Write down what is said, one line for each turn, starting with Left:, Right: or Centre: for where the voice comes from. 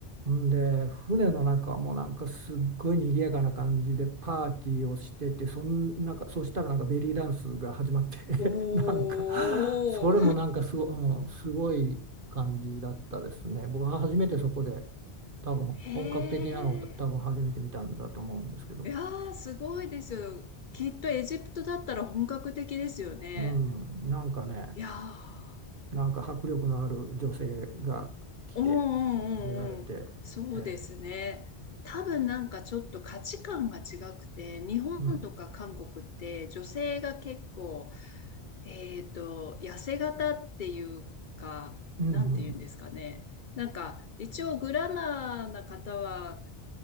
Right: んで、船の中もなんかすっごい賑やかな感じでパーティーをしてて、そんなんか、そしたらなんかベリーダンスが始まって
Left: おー、
Right: <laughs> なんか、それもなんかすご、うん、すごい感じだったですね。僕は初めてそこで、多分本格的なのを多分初めて見たんだと思うんですけど。
Left: <laughs> へえ。いやー、すごいですよ。きっとエジプトだったら本格的ですよね。
Right: うん、なんかね、
Left: いやー、
Right: なんか迫力のある女性が来て、
Left: うんうんうんうん。
Right: 出られて、
Left: そうですね。
Right: え
Left: 多分なんかちょっと価値観が違くて、日本とか韓国って女性が結構、
Right: ーうん、
Left: えっと、痩せ型っていうか、
Right: うん、うん、
Left: なんて言うんですかね。なんか一応グラマーな方は